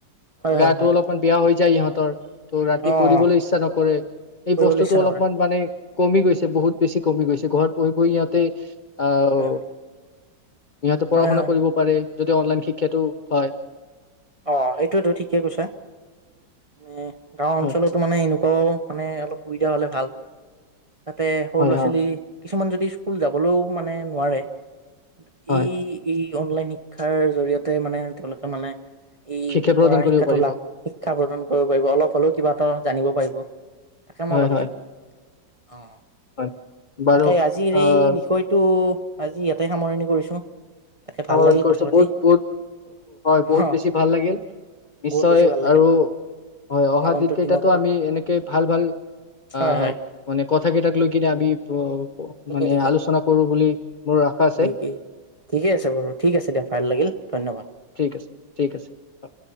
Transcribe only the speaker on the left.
গাটো
অলপমান বেয়া হৈ যায় ইহঁত তৰ ত' ৰাতি
পৰি়বলৈ
ইচ্ছা নকৰে। এই
বস্তুতটো
অলপমান মানে কমি গৈছে। বহুত বেছি কমি গৈছে ঘৰত বহি বহি ইয়াতে আহ
সিহঁতে পঢ়া
শুনা
কৰিব পাৰে। যদি অনলাইন শিক্ষাটো হয়।
হয়
হয়
অ
হয়
শিক্ষা প্ৰদান
কৰিব
পাৰিব
হয়
হয়
হয় বাৰু
আহ
সমাধান
কৰিছো
বহুত বহুত হয়। বহুত
বেছি ভাল লাগিল নিশ্চয়
আৰু হয় অহা
দিন কেইটাতো
আমি এনেকে ভাল ভাল
আহ
মানে কথা কেইটাক লৈ কিনে আমি ত
মানে
আলোচনা কৰো বুলি মোৰ আশা আছে
ঠিক আছে, ঠিক আছে হ'ব।